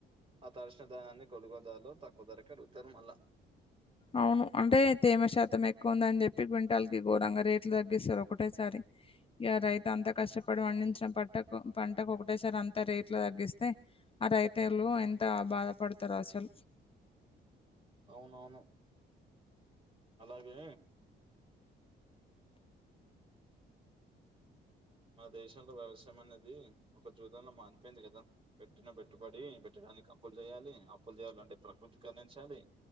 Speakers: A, on the right; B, on the left.
A: ఆ తర్శణదానాన్ని కొలుగోదాలో తక్కువ ధరకే అడుగుతారు మళ్ల
B: అవును అంటే తేమ శాతం ఎక్కువ ఉందని చెప్పి క్వింటాల్ కి ఘోరంగా రేట్లు తగ్గిస్తారు ఒకటేసారి ఇక రైతు అంతా కష్టపడి పండించడం పట్టు పంటకు పంటకు ఒకటేసారి అంత రేట్లు తగ్గిస్తే ఆ రైతులు ఎంత బాధపడతారు అస అ
A: అవునవును అలాగే మన దేశంలో వ్యవసాయం అనేది ఒక జూదంల మారిపోయింది కదా పెట్టిన పెట్టుబడి పెట్ట దానికి అప్పులు చేయాలి అప్పులు చేయాలి అంటే ప్రకృతి కరుణించాలి.